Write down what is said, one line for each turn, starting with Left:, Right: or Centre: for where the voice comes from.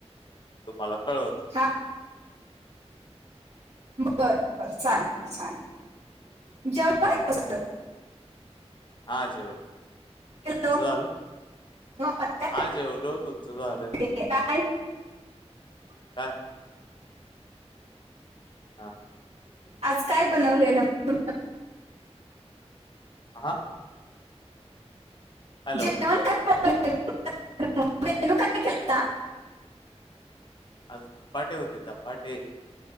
Left: तुम्हाला कळवत
Right: हा बर बर. छान छान <unintelligible>
Left: हा जेवलो.
Right: हॅलो
Left: तुमच झालं?
Right: काय झालं
Left: हा जेवलो हो - <unintelligible>
Right: <unintelligible>
Left: काय हा
Right: आज काय बनवलेलं? तुमचं?
Left: हां हां
Right: <unintelligible>
Left: हॅलो आज चपाटे होते तपाटे